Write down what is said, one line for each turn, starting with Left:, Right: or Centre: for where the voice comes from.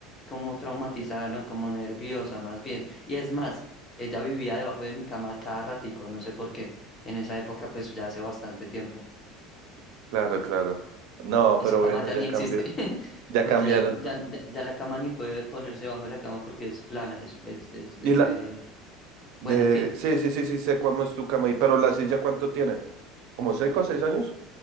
Left: como traumatizada, ¿no? Como nerviosa más bien. Y es más, ella vivía debajo de mi cama cada ratico, no sé por qué. En esa época, pues ya hace bastante tiempo.
Right: Claro, claro. No,
Left: Esa
Right: pero
Left: cama
Right: bueno,
Left: ya
Right: ya
Left: ni existe,
Right: cambió.
Left: <laughs>
Right: Ya
Left: porque
Right: cambiaron.
Left: ya, ya, ya, ya la cama ni puede ponerse debajo de la cama porque es plana, es, es, es, es
Right: Y la
Left: de... Bueno,
Right: de,
Left: en fin.
Right: sí, sí, sí, sí, sé cómo es tu cama. Y pero la silla, ¿cuánto tiene? ¿Como seis o seis años?